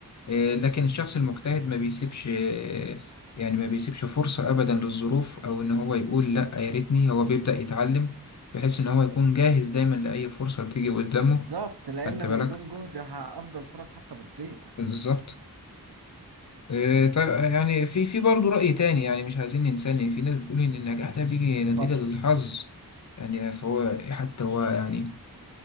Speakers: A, on the left; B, on the right.
A: آه، لكن الشخص المجتهد ما بيسيبش آه، يعني ما بيسيبش فرصة أبدا للظروف أو إن هو يقول لأ يا ريتني هو بيبدأ يتعلم بحيث إن هو يكون جاهز دايما لأي فرصة تيجي قدامه
B: بالظبط لأن
A: خدت بالك
B: من دون جهد ه- أفضل فرص حتى بتضيع
A: بالظبط إيه، طيب يعني في في برضه رأي تاني يعني مش عايزين ننسى إن في ناس بتقول إن النجاح ده بيجي نتيجة
B: اتفضل
A: للحظ يعني فهو حتى هو يعني